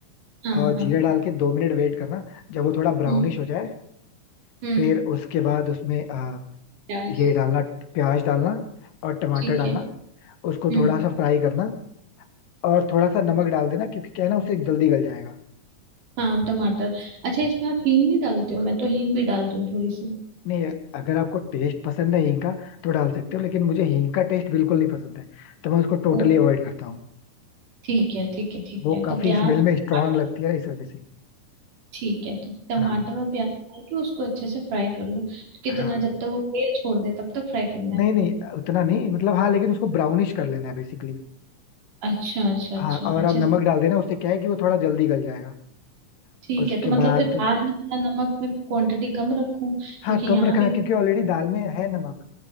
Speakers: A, on the right; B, on the left.
A: हाँ
B: और
A: हाँ
B: जीरा डाल के दो मिनट वेट करना जब वो थोड़ा ब्राउनिश
A: हम्म
B: हो जाए
A: हम्म
B: फिर उसके बाद उसमें अ,
A: प्याज
B: ये डालना प्याज डालना और टमाटर
A: ठीक
B: डालना
A: है
B: उसको
A: हम्म
B: थोड़ा सा फ्राई करना और थोड़ा सा नमक डाल देना क्योंकि क्या है ना उससे जल्दी गल जाएगा
A: हाँ टमाटर अच्छा इसमें आप हींग नहीं डालते हो मैं तो हींग भी डालती हूँ थोड़ी सी
B: नहीं अगर आपको टेस्ट पसंद है हींग का तो डाल सकते हो लेकिन मुझे हींग का टेस्ट बिल्कुल नहीं पसंद है तो मैं उसको टोटली
A: ओ
B: अवॉइड करता हूँ
A: ठीक है ठीक है ठीक
B: वो
A: है
B: काफी
A: तो प्याज
B: स्मेल
A: टमाटर
B: में स्ट्रांग लगती है ना इस वजह से
A: ठीक है तो टमाटर
B: हाँ
A: और प्याज डाल के उसको अच्छे से फ्राई कर लो तो कितना
B: हाँ
A: जब तक वो तेल छोड़ दे तब तक फ्राई करना है
B: नहीं नहीं उतना नहीं मतलब हाँ लेकिन उसको ब्राउनिश कर लेना है बेसिकली
A: अच्छा अच्छा अच्छा
B: हाँ और
A: अच्छे
B: आप नमक
A: से
B: डाल देना उससे क्या है कि वो थोड़ा जल्दी गल जाएगा
A: ठीक
B: उसके
A: है तो मतलब
B: बाद
A: फिर आज मैं थोड़ा नमक में क्वांटिटी कम रखूं क्योंकि
B: हाँ कम
A: यहाँ
B: रखना
A: भी
B: क्योंकि ऑलरेडी दाल में है नमक